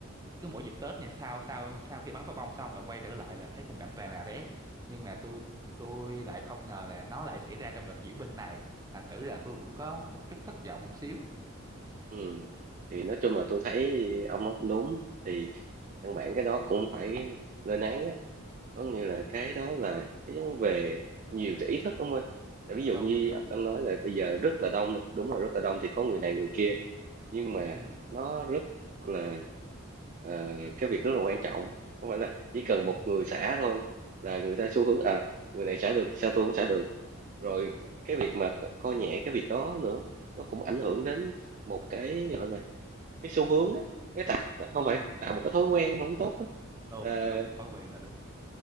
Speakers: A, on the right (about 15°); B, on the right (about 40°).
A: cứ mỗi dịp Tết nha sau sau sau khi bắn pháo bông xong là quay trở lại là thấy khung cảnh toàn là rác nhưng mà tôi tôi lại không ngờ là nó lại xảy ra trong đợt diễu binh này thành thử là tôi cũng có một chút thất vọng một xíu
B: ừ thì nói chung là tôi thấy ông nói cũng đúng thì căn bản cái đó cũng phải lên án á có nghĩa là cái đó là cái giống về nhiều cái ý thức ông ơi tại ví dụ
A: đúng
B: như
A: đúng
B: ông nói là bây giờ rất là đông đi đúng rồi rất là đông thì có người này người kia nhưng mà
A: ừ
B: nó rất là ờ, cái việc rất là quan trọng không phải là chỉ cần một
A: ừ,
B: người xả thôi là người ta xu
A: đúng
B: hướng à người này xả được sao tôi cũng xả được rồi cái việc mà coi nhẹ cái việc đó nữa nó cũng ảnh hưởng đến một cái gọi là cái xu hướng á cái tạo không
A: ừ,
B: phải tạo một cái thói quen không tốt á
A: đúng
B: Là
A: đúng thói quen là đúng